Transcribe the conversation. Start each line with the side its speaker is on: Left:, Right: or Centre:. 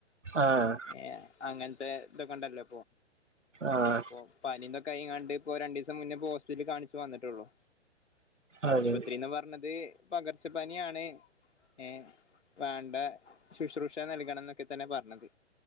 Right: ആഹ്
Left: ഏ അങ്ങൻത്തെ ഇതൊക്കണ്ടല്ലോ
Right: ആഹ്
Left: പ്പൊ പനിം തൊക്കായ്ങ്ങാണ്ട് ഇപ്പോ രണ്ടീ സം മുന്നേ പ്പ ഹോസ്പിറ്റൽ കാൺച്ചു വന്ന്ട്ടൊള്ളൂ ആശുപത്രിന്ന്
Right: അതെ
Left: പർഞ്ഞത് പകർച്ച പനിയാണ് ഏ വാണ്ട ശുശ്രൂഷ നൽകണംന്നൊക്കെ തന്നെ പർഞ്ഞത്